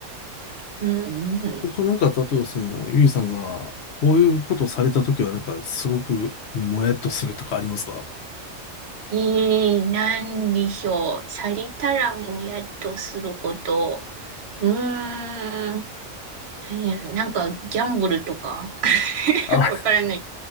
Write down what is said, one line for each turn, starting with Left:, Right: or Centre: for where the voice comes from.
Right: うんうん。
Left: 他なんか、例えばその、ゆいさんが、こういうことをされたときはなんか、すごくもやっとするとかありますか
Right: ええなんでしょう。されたらもやっとすること。うーん。何やろ。なんか、ギャンブルとか <laughs>
Left: あ、
Right: わからない。